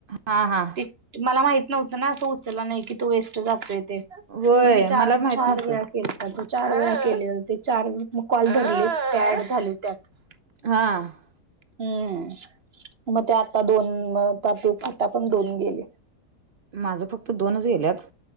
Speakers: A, on the right (about 65°); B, on the right (about 45°).
A: हा हा
B: त मला माहित नव्हतं ना असं उचलला नाही की तो वेस्ट जातोय ते
A: होय
B: मग मी चार
A: मला माहित
B: चार
A: नव्हतं
B: वेळा चार वे केले होते चार व कॉल रले होते ऍड झाले त्यात
A: हा
B: हम्म मग ते आता दोन म आता पण दोन गेले
A: माझं फक्त दोनच गेल्यात